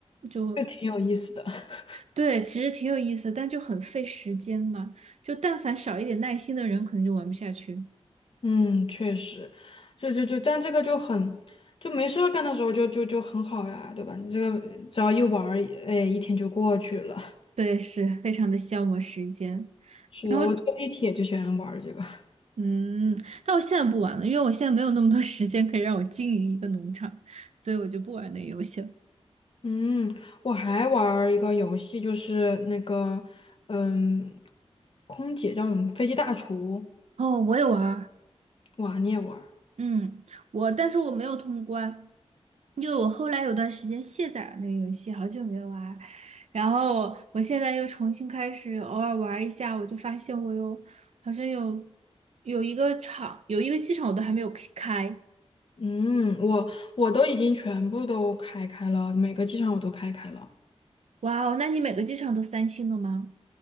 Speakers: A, on the right (about 75°); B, on the left (about 55°).
A: 就
B: 就挺有意思的。<laughs>
A: 对，其实挺有意思，但就很费时间嘛。就但凡少一点耐心的人，可能就玩不下去。
B: 嗯，确实，就就就，但这个就很，就没事儿干的时候就就就很好呀，对吧？你这个只要一玩儿，哎，一天就过去了。
A: 对，是非常的消磨时间。
B: 是的，
A: 然后。
B: 我坐地铁就喜欢玩儿这个。<laughs>
A: 嗯，但我现在不玩了，因为我现在没有那么多 <laughs> 时间可以让我经营一个农场，所以我就不玩那个游戏了。
B: 嗯，我还玩儿一个游戏，就是那个，嗯，空姐叫什么？飞机大厨。
A: 哦，我也玩儿
B: 哇，你也玩儿？
A: 嗯，我但是我没有通关，因为我后来有段时间卸载了那个游戏，好久没玩儿然后我现在又重新开始偶尔玩儿一下，我就发现我有好像有有一个场，有一个机场我都还没有开。
B: 嗯，我我都已经全部都开开了，每个机场我都开开了。
A: 哇哦，那你每个机场都三星的吗？